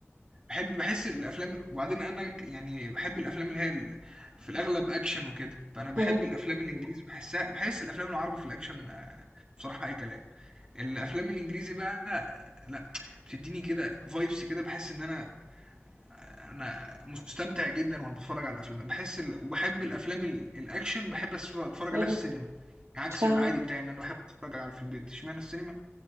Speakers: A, on the right; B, on the right.
A: باحب باحس الأفلام وبعدين أنا ك يعني باحب الأفلام اللي هي ال في الأغلب أكشن وكده، فأنا باحب
B: مهم،
A: الأفلام الإنجليزي باحسها باحس الأفلام العربي في الأكشن آه، بصراحة أي كلام، الأفلام الإنجليزي بقى آه، لأ، بتديني كده vibes كده باحس إن أنا أنا مستمتع جدًا وأنا باتفرج على الأفلام، باحس ال وباحب الأفلام ال الأكشن باحب أس أتفرج
B: مهم،
A: عليها في السينما، عكس
B: فاهمك.
A: العادي بتاعي إن أنا باحب أتفرج على في البيت، اشمعنى السينما